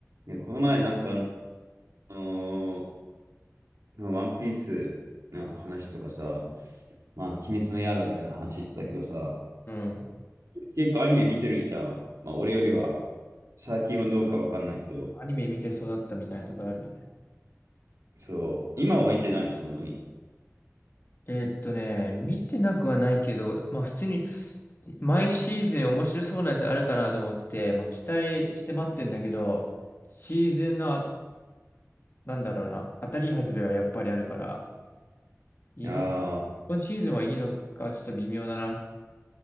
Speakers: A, on the right; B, on the left.
A: ね、この前なんか、あのーまあワンピースの話とかさ、まあ、鬼滅の刃みたいな話してたけどさ、
B: うん。
A: 結構アニメ見てるじゃん。まあ、俺よりは、最近はどうかわかんないけど、
B: アニメ見て育ったみたいなところあるよね。
A: そう、今は見てないの、そんなに。
B: えーっとね、見てなくはないけど、まあ普通に毎シーズン面白そうなやつあるかなと思って、まあ期待して待ってんだけど、シーズンの、なんだろうな、当たり外れはやっぱりあるから、今、
A: ああ、
B: 今シーズンはいいのかちょっと微妙だな。